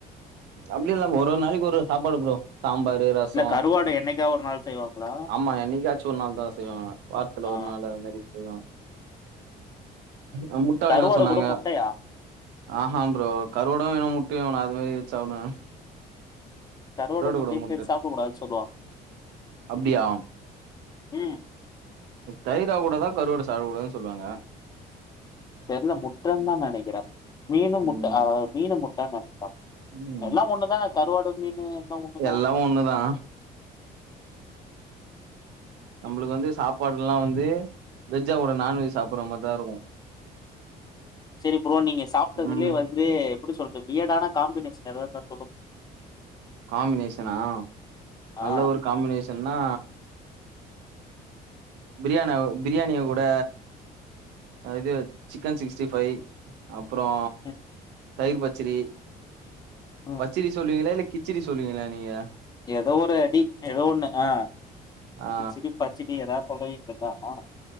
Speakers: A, on the right; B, on the left.
A: அப்டி இல்ல ப்ரோ ஒரு ஒரு நாளைக்கு ஒரு ஒரு சாப்பாடு ப்ரோ சாம்பாரு ரசோ
B: இல்ல கருவாடு என்னைக்கா ஒரு நாள் செய்வாங்ளா
A: ஆமா என்னிக்காச்சு ஒரு நாள்தா செய்வாங்க வாரத்துல
B: ஆ
A: ஒரு நாள் அது மாரி செய்வாங் அ முட்ட
B: கருவாடு
A: வேணா சொன்னாங்க
B: கூட முட்டையா?
A: ஆஹா ப்ரோ கருவாடு வேணு முட்டயு வேணு அது மாரி வெச்சி சாப்டுவே
B: கருவாடு முட்டயு
A: கூட முட்ட
B: சேத்து சாப்ட கூடாது சொல்லுவாங்
A: அப்டியா
B: ம்
A: தயிரா கூட தா கருவாட சாப்ட கூடாதுன் சொல்லுவாங்க
B: தெர்ல முட்டன்தா நனைக்கிறே மீனு முட்ட
A: ம்
B: ஆ மீனு முட்டன் நனைக்கிறே
A: ம்
B: ஒன்னுதான கருவாடு மீனு ஒண்ணுதா
A: எல்லா ஒன்னுதா நம்மளுக்கு வந்து சாப்பாடுலா வந்து வெஜ்ஜாகூட நான்வெஜ் சாப்பட்ற மாரிதா இருக்கு
B: சேரி ப்ரோ நீங்க சாப்டதுலே
A: ம்
B: வந்து எப்டி சொல்றது வியடானா காம்பினேஷன் எதாவ்து இருந்தா சொல்லுங்
A: காம்பினேஷனா நல்ல
B: ஆ
A: ஒரு காம்பினேஷன்னா பிரியாணி பிரியாணி கூட இது சிக்கன் சிக்ஸ்டி ஃபைவ் அப்புறோ
B: ம்
A: தயிர் பச்சிரி
B: ம்
A: பச்சிடி சொல்லுவீங்களா இல்ல கிச்சுடி சொல்லுவீங்களா நீங்க
B: எதோ ஒரு அடி எதோ ஒன்னு ஆ
A: ஆ
B: குச்சுடி பச்சிடி எதா சொல்ல வேண்டியத்தா ஆ